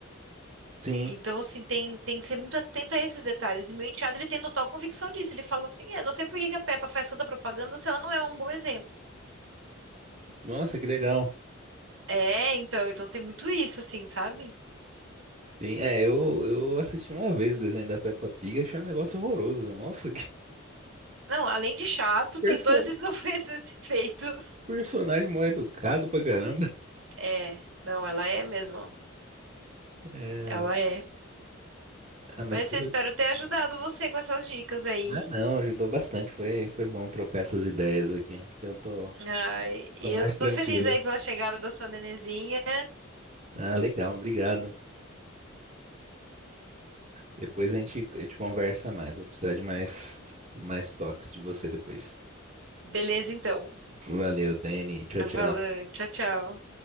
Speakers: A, on the right; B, on the right.
A: sim.
B: Então, assim, tem, tem que ser muito atento a esses detalhes. E meu enteado, ele tem total convicção disso. Ele fala assim, é, não sei por que que a Peppa faz tanta propaganda se ela não é um bom exemplo.
A: Nossa, que legal.
B: É, então, então tem muito isso, assim, sabe?
A: Sim, é, eu, eu assisti uma vez o desenho da Peppa Pig, achei um negócio horroroso. Nossa, <laughs> que
B: Não, além de chato,
A: perso-
B: tem todos esses, <laughs> esses defeitos.
A: personagem mal educado pra caramba.
B: É, não, ela é mesmo.
A: É,
B: Ela é.
A: ah, mas
B: Mas
A: que,
B: eu espero ter ajudado você com essas dicas aí.
A: Ah, não, ajudou bastante. Foi, foi bom trocar essas ideias aqui. Acho que eu tô,
B: Ai, e
A: tô mais
B: eu tô
A: tranquilo.
B: feliz aí pela chegada da sua nenezinha.
A: Ah, legal, obrigado. Depois a gente, a gente conversa mais. Vou precisar de mais, mais toques de você depois.
B: Beleza, então.
A: Valeu, Dani. Tchau,
B: Valeu,
A: tchau.
B: tchau, tchau.